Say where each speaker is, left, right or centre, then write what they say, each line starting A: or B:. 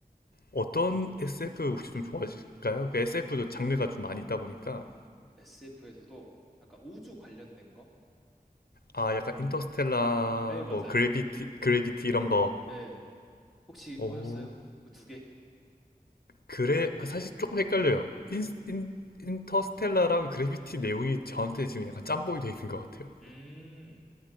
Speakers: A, on the left; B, in the centre.
A: 어떤 SF 혹시 좀 좋아하실까요? 그 SF도 장르가 좀 많이 있다 보니까,
B: SF에서도 약간 우주 관련된 거?
A: 아, 약간 인터스텔라,
B: 네, 맞아요.
A: 뭐, 그래비티, 그래비티 이런 거,
B: 네, 혹시
A: 오,
B: 보셨어요? 그 두 개?
A: 그래 아, 사실 조금 헷갈려요. 인, 인, 인터스텔라랑 그래비티 내용이 저한테 지금 약간 짬뽕이 돼 있는 것 같아요.
B: 음,